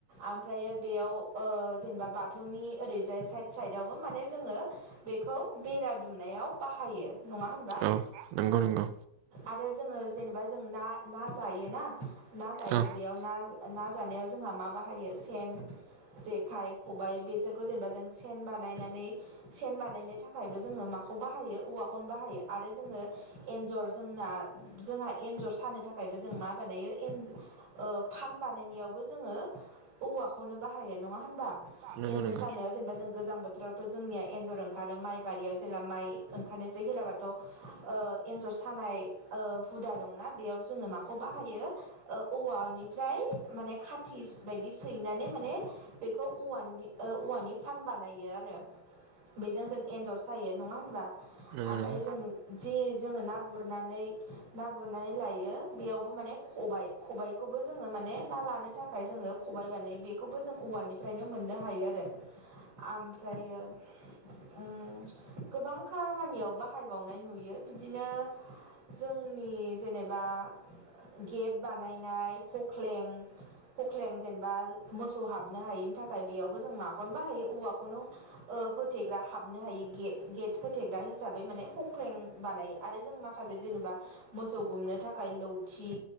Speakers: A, on the right (about 65°); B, on the right (about 80°).
A: आमफ्रायो बेयाव ओ जेनेबा बाथौनि ओरैजाय साइड साइडआवबो माने जोङो बेखौ बेरा दुमनायाव बाहायो नङा होनबा?
B: औ नोंगौ नोंगौ
A: आरो जोङो जेनेबा जों ना ना जायोना ना जायो
B: औ
A: बेयाव ना ना जानायाव जोंहा मा बाहायो सेन जेखाइ खबबाय बेसोरखौ जेनेबा जों सेन बानायनानै सेन बानायनो थाखायबो जोङो माखौ बाहायो औवाखौनो बाहायो आरो जोङो एन्जर जोंना जोंहा एन्जर सानो थाखायबो जों मा बानायो एन औ फान बानायनायावबो जोङो औवाखौनो बाहायो नङा होनबा?
B: नङा
A: एन्जर
B: होनबा
A: सानायाव जेनेबा जों गोजां बोथोरावथ' जोंनिया एन्जर ओंखारो माइ बारियाव जेला माइ ओंखानोसै गैलाबाथ' ओ एन्जर सानाय ओ हुदा दंना बेयाव जोङो माखौ बाहायो? ओ औवानिफ्राय माने खाथिस बायदि सैनानै माने बेखौ औवानि ओ औवानि फान बानायो आरो बेजों जों एन्जर सायो नङा होनबा?
B: होनबा
A: आमफाय जों जे जोङो ना गुरनानै ना गुरनानै लायो बेयावबो माने खबाइ खबाइखौबो जोङो माने ना लानो थाखाय जोङो खबाय बानायो बेखौबो जों औवानिफ्रायनो मोननो हायो आरो आमफ्रायो उम गोबां खामानियाव बाहायबावनाय नुयो बिदिनो जोंनि जेनेबा गेट बानायनाय हख्लें हख्लें जेनेबा मोसौ हाबनो हायिनि थाखाय बेयावबो जों माखौनो बाहायो औवाखौनो ओ होथेग्रा हाबनो हायो गे गेट होथेग्रा हिसाबै माने हख्लें बानायो आरो जों माखासे जेनेबा मोसौ गुमनो थाखाय लौथि